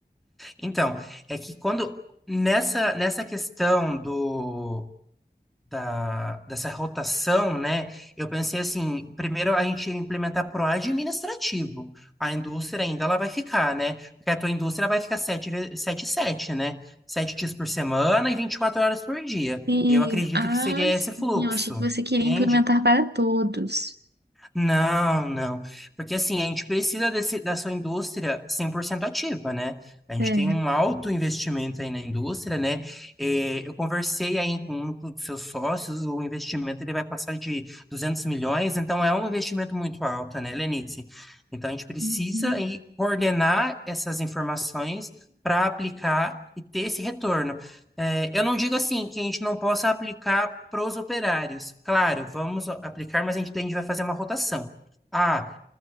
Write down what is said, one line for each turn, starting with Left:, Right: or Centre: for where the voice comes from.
Centre: Então, é que quando nessa, nessa questão do da, dessa rotação, né? Eu pensei assim, primeiro a gente ia implementar pro administrativo. A indústria ainda ela vai ficar, né? Porque a tua indústria vai ficar sete, ve- sete, 7, né? 7 dias por semana e 24 horas por dia.
Right: E,
Centre: Eu acredito
Right: ah,
Centre: que seria
Right: sim,
Centre: esse fluxo,
Right: eu achei que você queria
Centre: entende?
Right: implementar para todos.
Centre: Não, não. Porque assim, a gente precisa desse, dessa indústria 100% ativa, né? A gente
Right: É.
Centre: tem um alto investimento aí na indústria, né? Eh, eu conversei aí com um dos seus sócios, o investimento ele vai passar de 200 milhões, então é um investimento muito alto, né, Lenice? Então a gente precisa
Right: Uhum.
Centre: aí coordenar essas informações para aplicar e ter esse retorno. É, eu não digo assim que a gente não possa aplicar pros operários. Claro, vamos aplicar, mas a gente, a gente vai fazer uma rotação. Ah,